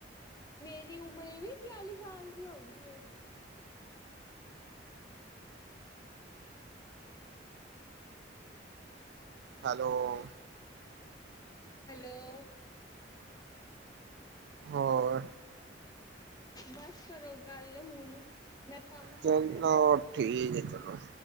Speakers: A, on the left; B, on the right.
A: ਮੇਰੀ ਉਮਰ ਇਹ ਈ ਬਿਆਲੀ ਸਾਲ ਦੀ ਹੋ ਗਈ ਏ
B: ਹੈਲੋ ਓ
A: ਹੈਲੋ ਓ
B: ਹੋਰ
A: ਬਸ ਕਰੋ ਗੱਲ ਹੁਣ ਮੈਂ ਕੰਮ
B: ਚਲੋ
A: ਕਰਨੇ ਐ
B: ਠੀਕ ਐ ਚਲੋ ਓ